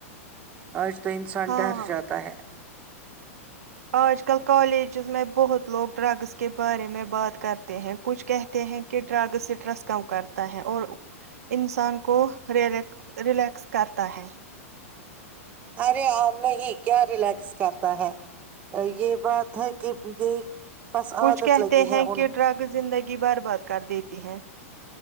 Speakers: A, on the right; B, on the right.
A: آج تو انسان
B: ہاں
A: ڈر جاتا ہے
B: آج کل کالجز میں بہت لوگ ڈرگز کے بارے میں بات کرتے ہیں کچھ کہتے ہیں کہ ڈرگز اسٹرس کم کرتا ہے اور انسان کو ر ریلیکس کرتا ہے
A: ارے ہاں نہیں کیا ریلیکس کرتا ہے یہ بات ہے کہ یہ بس
B: کچھ
A: عادت
B: کہتے
A: لگی
B: ہیں
A: ہے ان
B: کہ
A: کو۔
B: ڈرگ زندگی بار بات کر دیتی ہیں